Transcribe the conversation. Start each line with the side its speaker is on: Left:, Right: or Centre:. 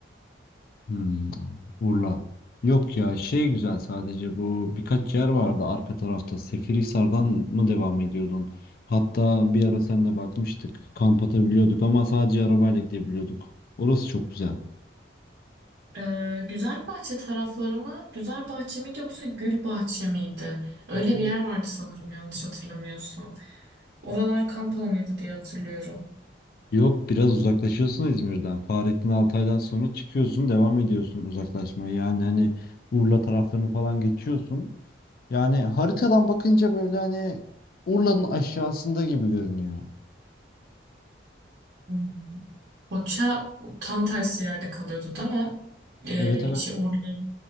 Left: Hmm, Urla. Yok ya şey güzel sadece bu birkaç yer vardı arka tarafta. Seferihisar'dan mı devam ediyordun? Hatta bir ara seninle bakmıştık. Kamp atabiliyorduk ama sadece arabayla gidebiliyorduk. Orası çok güzel.
Right: E, Güzelbahçe tarafları mı? Güzelbahçe miydi yoksa Gülbahçe miydi? Öyle
Left: Buraya-
Right: bir yer vardı sanırım yanlış hatırlamıyorsam. Oralar kamp alanıydı diye hatırlıyorum.
Left: Yok biraz uzaklaşıyorsun İzmir'den. Fahrettin Altay'dan sonra çıkıyorsun devam ediyorsun uzaklaşmaya. Yani hani Urla taraflarını falan geçiyorsun. Yani haritadan bakınca böyle hani Urla'nın aşağısında gibi görünüyor.
Right: Hmm. Foça tam tersi yerde kalıyordu değil mi? Ee,
Left: Evet evet.
Right: şey Urla,